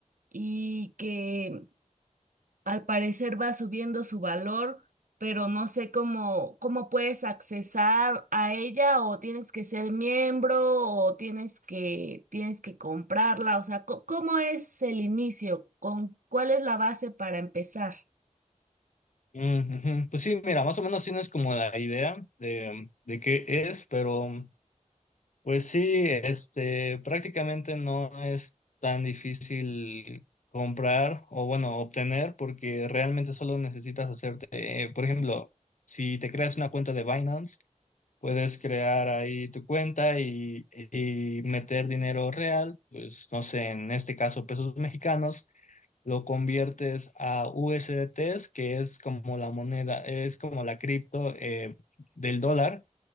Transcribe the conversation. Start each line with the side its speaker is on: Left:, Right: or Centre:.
Right: y que al parecer va subiendo su valor, pero no sé cómo, cómo puedes accesar a ella o tienes que ser miembro o tienes que, tienes que comprarla, o sea, co- ¿cómo es el inicio? ¿Con cuál es la base para empezar?
Left: Mm, ujú. Pues sí, mira, más o menos tienes como la idea de, de qué es, pero... Pues sí, este, prácticamente no es tan difícil comprar o bueno, obtener porque realmente solo necesitas hacerte, eh, por ejemplo, si te creas una cuenta de Binance, puedes crear ahí tu cuenta y, y meter dinero real, pues no sé, en este caso pesos mexicanos, lo conviertes a USDTs, que es como la moneda, es como la cripto eh, del dólar